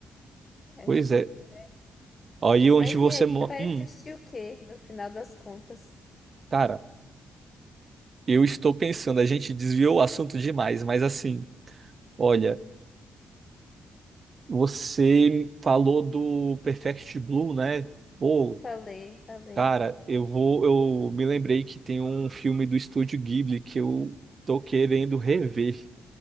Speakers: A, on the left (about 35°); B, on the right (about 45°).
A: acho
B: Pois
A: que
B: é.
A: é. por
B: Aí onde
A: Mas
B: você.
A: e aí,
B: mo-
A: você vai
B: Hum,
A: assistir o quê, no final das contas?
B: cara, eu estou pensando, a gente desviou o assunto demais, mas assim, olha, você falou do Perfect Blue, né? Pô.
A: Falei, falei.
B: Cara, eu vou, eu me lembrei que tem um filme do Estúdio Ghibli que eu tô querendo rever.